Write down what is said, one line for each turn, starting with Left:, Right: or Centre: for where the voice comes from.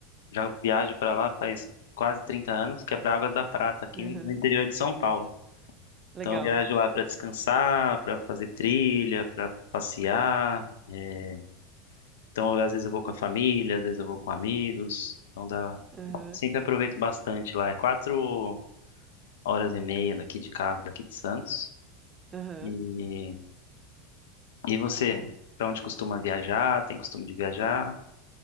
Left: já viajo para lá faz quase 30 anos, que é para Águas da Prata, aqui
Right: Aham,
Left: no interior de São Paulo.
Right: Legal.
Left: Então, eu viajo lá para descansar, para fazer trilha, para passear. é, Então, às vezes eu vou com a família, às vezes eu vou com amigos. Então, dá...
Right: Aham,
Left: sempre aproveito bastante lá. É quatro horas e meia daqui de carro, daqui de Santos.
Right: aham.
Left: E E você, para onde costuma viajar? Tem costume de viajar?